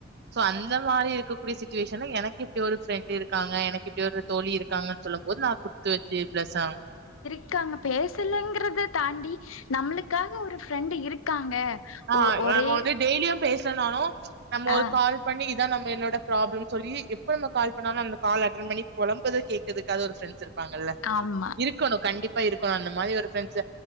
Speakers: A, on the right; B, on the left.
A: சோ அந்த மாரி இருக்க கூடிய சுச்சுவேஷன்ல எனக்கு இப்டி ஒரு ஃப்ரெண்டு இருக்காங்க எனக்கு இப்டி ஒரு தோழி இருக் காங்கன்னு சொல்லும் போது நா குடுத்து வச்சு பிளஸ் ஆ
B: ட்டு அங்க பேசலங்குறது தாண்டி நம்மளுக்காக ஒரு ஃப்ரெண்டு இருக்காங்க
A: ஆ
B: ஒ
A: நம்ம
B: ஒரே
A: வந்து டெய்லியு பேசலனாலு நம்ம
B: ஆ
A: ஒரு கால் பண்ணி இதா நம்ம என்னோட ப்ராப்ளம் சொல்லி எப்ப நம்ம கால் பண்ணாலு அந்த கால் அட்டன் பண்ணி புழம்புறத கேக் இதுக்காது ஒரு ஃபிரெண்ஸ் இப்பாங்கல்ல
B: ஆம்மா
A: இருக்கணு கண்டிப்பா இருக்கணு அந்த மாரி ஒரு ஃபிரெண்ஸு